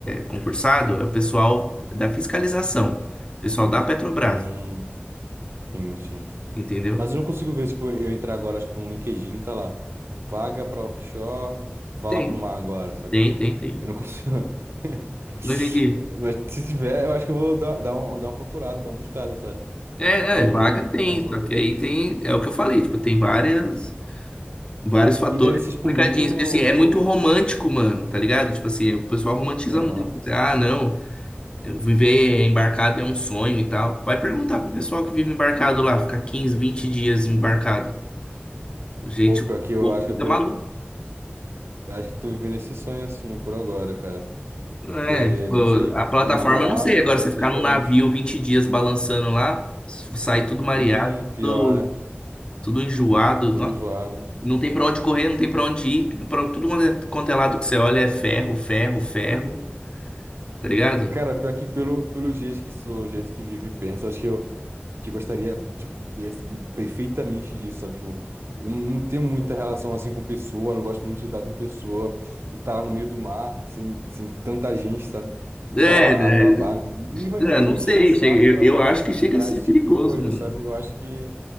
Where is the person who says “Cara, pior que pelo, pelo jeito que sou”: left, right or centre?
Right